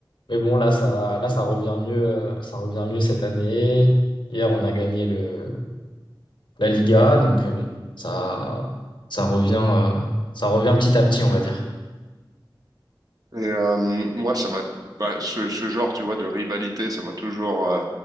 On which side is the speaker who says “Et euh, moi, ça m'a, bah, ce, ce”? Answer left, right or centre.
Right